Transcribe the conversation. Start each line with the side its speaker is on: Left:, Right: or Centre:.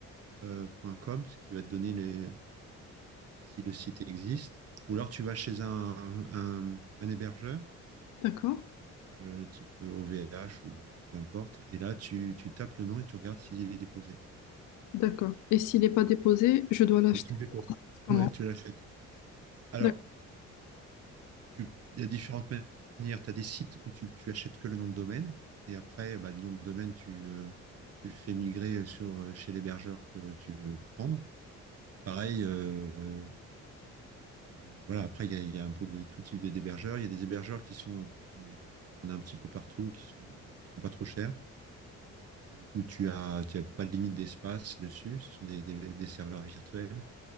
Right: point com, ce qui va te donner les, si le site existe. Ou alors tu vas chez un, un, un hébergeur,
Left: D'accord,
Right: euh, type OVH ou peu importe, et là tu, tu tapes le nom et tu regardes s'il est déposé.
Left: d'accord. Et s'il n'est pas déposé, je dois l'acheter.
Right: Donc, Tu le déposes.
Left: Comment?
Right: Ouais, tu l'achètes. Alors,
Left: D'accord.
Right: tu- il y a différentes manières. Tu as des sites où tu, tu achètes que le nom de domaine, et après, bah, le nom de domaine, tu, euh, tu le fais migrer sur, euh, chez l'hébergeur que tu veux prendre. Pareil, euh, euh, euh, voilà, après, il y a, il y a un peu de tout type de- d'hébergeurs. Il y a des hébergeurs qui sont, tu en as un petit peu partout, qui sont, qui sont pas trop chers, où tu as, tu as pas de limite d'espace dessus. Ce sont des, des- des serveurs virtuels.